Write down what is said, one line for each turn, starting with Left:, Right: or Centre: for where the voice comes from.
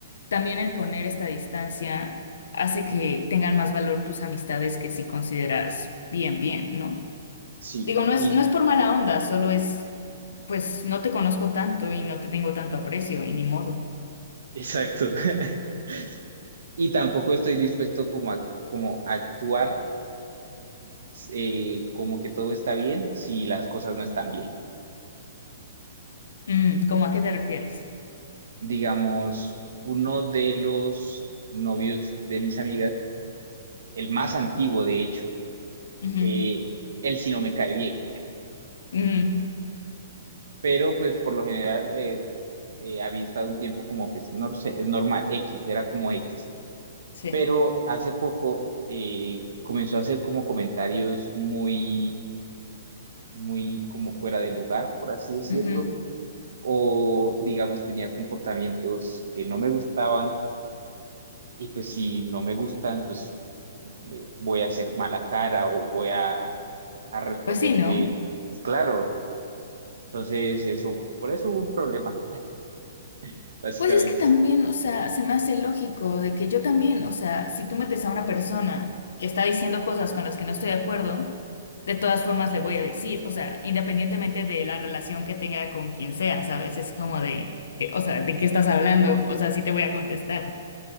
Left: también el poner esta distancia hace que tengan más valor tus amistades que si consideras bien, bien, ¿no?
Right: Sí,
Left: Digo, no es,
Right: y
Left: no es por mala onda, solo es, pues no te conozco tanto y no te tengo tanto aprecio y ni modo.
Right: exacto. <laughs> Y tampoco estoy dispuesto como a, como a actuar eh, como que todo está bien si las cosas no están bien.
Left: Mm, ¿cómo a qué te refieres?
Right: Digamos, uno de los novios de mis amigas, el más antiguo de hecho,
Left: Ujú.
Right: eh, él sí no me cae bien,
Left: Mm,
Right: pero pues por lo general eh, eh, había estado un tiempo como pues no sé, es normal, X, era como X,
Left: sí.
Right: pero hace poco eh, comenzó a hacer como comentarios muy, muy como fuera de lugar, por así decirlo.
Left: Ujú.
Right: o digamos tenía comportamientos que no me gustaban Y pues si no me gustan, pues eh, voy a hacer mala cara o voy a, a responderte,
Left: Pues sí, ¿no?
Right: pues, claro. Entonces, eso, por eso hubo un problema, <laughs> básicamente.
Left: Pues es que también, o sea, se me hace lógico de que yo también, o sea, si tú metes a una persona que está diciendo cosas con las que no estoy de acuerdo, de todas formas le voy a decir, o sea, independientemente de la relación que tenga con quien sea, ¿sabes? Es como de, que, o sea, ¿de qué estás hablando? O sea, sí te voy a contestar.